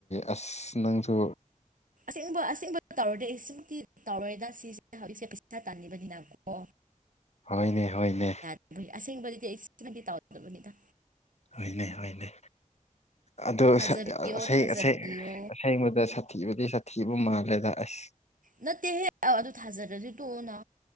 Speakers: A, on the left; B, on the right.
A: ꯑꯁ ꯅꯪꯁꯨ
B: ꯑꯁꯦꯡꯕ ꯑꯁꯦꯡꯕ ꯇꯧꯔꯗꯤ ꯁꯨꯝꯇꯤ ꯇꯧꯔꯣꯏꯗ ꯁꯤꯁꯦ ꯍꯧꯖꯤꯛꯁꯦ ꯄꯩꯁꯥ ꯇꯥꯅꯤꯡꯕꯅꯤꯅ ꯑꯣ
A: ꯍꯣꯏꯅꯦ ꯍꯣꯏꯅꯦ
B: ꯑꯩꯈꯣꯏ ꯑꯁꯦꯡꯕꯗꯤ ꯑꯩ ꯁꯤꯃꯗꯤ ꯇꯥꯎꯔꯥꯗꯕꯅꯤꯗ
A: ꯍꯣꯏꯅꯦ ꯍꯣꯏꯅꯦ ꯑꯗꯣ
B: ꯊꯥꯖꯕꯤꯌꯣ
A: ꯑꯁꯦ
B: ꯊꯥꯖꯕꯤꯌꯣ
A: ꯑꯁꯦ ꯑꯁꯦꯡꯕꯗ ꯁꯥꯊꯤꯕꯗꯤ ꯁꯥꯊꯤꯕ ꯃꯥꯜꯂꯦꯗ ꯑꯁ
B: ꯅꯠꯇꯦꯍꯦ ꯑꯗꯨ ꯊꯥꯖꯔꯗꯤ ꯇꯣꯛꯑꯣꯅ